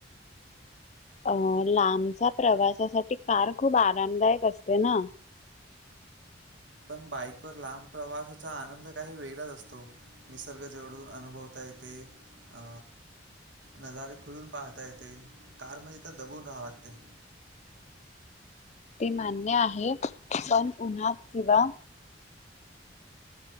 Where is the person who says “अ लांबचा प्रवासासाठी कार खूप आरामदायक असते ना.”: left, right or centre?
Left